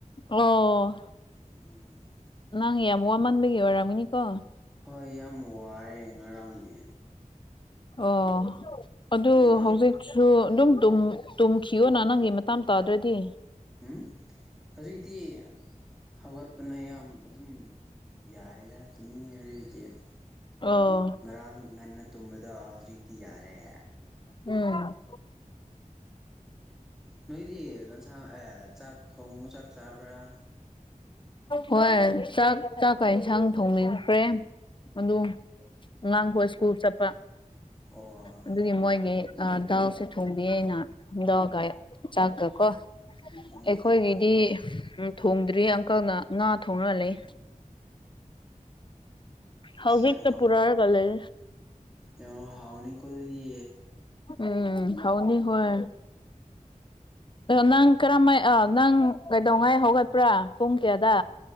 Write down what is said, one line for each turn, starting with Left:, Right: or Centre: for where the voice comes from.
Left: ꯑꯣ
Centre: ꯎꯝ
Left: ꯅꯪ ꯌꯥꯝ ꯋꯥꯃꯟꯕꯒꯤ ꯑꯣꯏꯔꯝꯒꯅꯤꯀꯣ
Centre: ꯍꯣꯏ ꯌꯥꯝ ꯋꯥꯔꯦ ꯉꯔꯥꯡꯗꯤ
Left: ꯑꯣ ꯑꯗꯨ
Centre: ꯑꯗꯨꯅ
Left: ꯍꯧꯖꯤꯛ ꯁꯨ ꯑꯗꯨꯝ ꯇꯨꯝꯈꯤꯌꯣꯅ ꯅꯪꯒꯤ ꯃꯇꯝ ꯇꯥꯗ꯭ꯔꯗꯤ
Centre: ꯎꯝ ꯍꯧꯖꯤꯛꯇꯤ ꯍꯧꯒꯠꯄꯅ ꯌꯥꯝ ꯑꯗꯨꯝ ꯌꯥꯔꯦꯗ ꯇꯨꯝꯅꯤꯡ <unintelligible>
Left: ꯑꯣ
Centre: ꯉꯔꯥꯡ ꯉꯟꯅ ꯇꯨꯝꯕꯗꯣ ꯍꯧꯖꯤꯛꯇꯤ ꯌꯥꯔꯦ
Left: ꯎꯝ
Centre: ꯅꯣꯏꯗꯤ ꯀꯟꯁꯥꯡ ꯆꯥꯛ ꯊꯣꯡꯉ ꯆꯥꯛ ꯆꯥꯕ꯭ꯔꯥ
Left: ꯍꯣꯏ ꯆꯥꯛ ꯆꯥꯛꯀ ꯏꯟꯁꯥꯡ ꯊꯣꯡꯕꯤꯈ꯭ꯔꯦ ꯑꯗꯨ ꯑꯉꯥꯡꯈ ꯁ꯭ꯀꯨꯜ ꯆꯠꯄ
Centre: ꯑꯣ
Left: ꯑꯗꯨꯒꯤ ꯃꯣꯏꯒꯤ ꯗꯥꯎꯁꯦ ꯊꯣꯡꯕꯤ ꯑꯩꯅꯗꯒ ꯆꯥꯛꯀ ꯀꯣ
Centre: ꯎꯝ
Left: ꯑꯩꯈꯣꯏꯒꯤꯗꯤ ꯊꯣꯡꯗ꯭ꯔꯤ ꯑꯪꯀꯜꯅ ꯉꯥ ꯊꯣꯡꯅ ꯂꯩ ꯍꯧꯖꯤꯛꯇ
Centre: ꯑꯣ ꯑ
Left: ꯄꯨꯔꯛꯑꯒ ꯂꯩ
Centre: ꯍꯥꯎ ꯍꯥꯎꯅꯤ ꯀꯗꯤ
Left: ꯎꯝ ꯍꯥꯎꯅꯤ ꯍꯣꯏ ꯅꯪ ꯀꯔꯝꯥꯏ ꯅꯪ ꯀꯩꯗꯧꯉꯥꯏ ꯍꯧꯒꯠꯄ꯭ꯔꯥ ꯄꯨꯡ ꯀꯌꯥꯗ